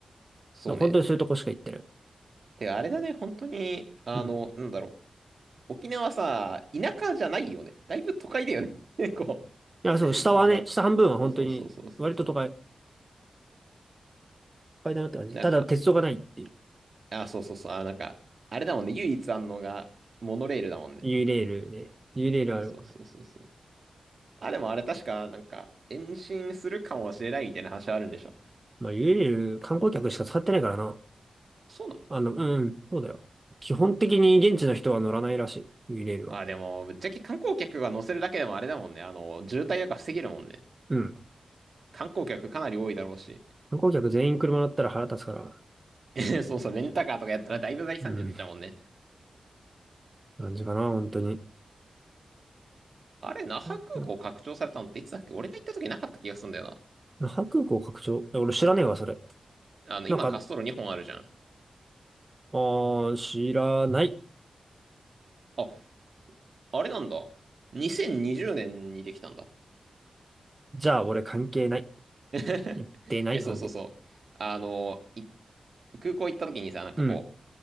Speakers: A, on the right (about 60°); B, on the right (about 25°).
A: そうね。
B: ら本当にそういうとこしか行ってる。
A: て、あれだね、本当に、あの、
B: うん。
A: なんだろう。沖縄さ、田舎じゃないよね。だいぶ都会だよね。<laughs> 結構、
B: いや、そう、下はね、
A: なんだろう。
B: 下半分は本当に、
A: そうそうそうそうそうそう。
B: 割と都会いっぱいだなって感じ。
A: なんか、
B: ただ、鉄道がないっていう。
A: あ、そうそうそう。あ、なんか、あれだもんね。唯一あんのが、モノレールだもんね。
B: ユーレールね。ユーレールある。
A: そうそうそうそう。あ、でもあれ確か、なんか、延伸するかもしれないみたいな話はあるんでしょ。
B: まあ、家でいる観光客しか使ってないからな。
A: そうなの
B: あの、うん、そうだよ。基本的に現地の人は乗らないらしい、ユレールは。
A: まあでも、ぶっちゃけ観光客が乗せるだけでもあれだもんね。あの、渋滞とか防げるもんね。
B: うん。
A: 観光客かなり多いだろうし。
B: 観光客全員車乗ったら腹立つから。
A: <laughs> そうそう、レンタカーとかやったらだいぶ大惨事になっちゃうもんね。
B: うん。感じかな、本当に。
A: あれ、那覇空港拡張されたのっていつだっけ俺が行った時なかった気がするんだよ
B: な那覇空港拡張え、俺知らねえわ、それ。
A: な。あの、今滑走路2本あるじゃん。
B: なんか、あー、知らない。
A: あ、あれなんだ。2020年にじゅうねんにできたんだ。
B: じゃあ、俺関係ない。
A: <laughs>
B: 言ってない、
A: え、そうそうそう。
B: ほんで。
A: あの、い空港行った時にさ、なんかこ
B: うん。